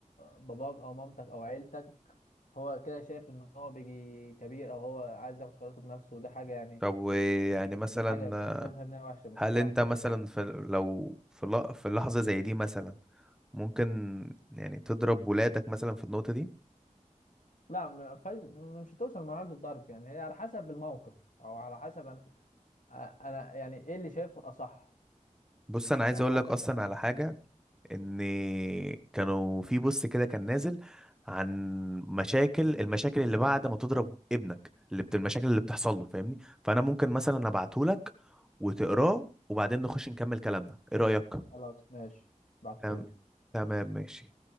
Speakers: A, on the left; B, in the centre.
A: باباك او مامتك او عيلتك هو كده شايف ان هو بيجي كبير او هو عايز ياخد قراراته بنفسه وده حاجه يعني
B: طب ويعني مثلا
A: حاجه شايفها انها وحشه مش
B: هل
A: وحش
B: انت مثلا
A: حلوه.
B: في لو في ل- في لحظة زي دي مثلا ممكن يعني تضرب ولادك مثلا في النقطة دي
A: لا م- فج... مش هتوصل لمرحلة الضرب يعني هي على حسب الموقف او على حسب انا أ- انا يعني ايه اللي شايفه الاصح
B: بص انا
A: يعني
B: عايز
A: على
B: اقول
A: حسب
B: لك
A: الاصح
B: اصلا على حاجة ان كانوا في بوست كده كان نازل عن مشاكل المشاكل اللي بعد ما تضرب ابنك اللي بت المشاكل اللي بتحصل له فاهمني فانا ممكن مثلا ابعته لك وتقراه وبعدين نخش نكمل كلامنا ايه رأيك
A: خلاص ماشي بعتهولي
B: تمام تمام ماشي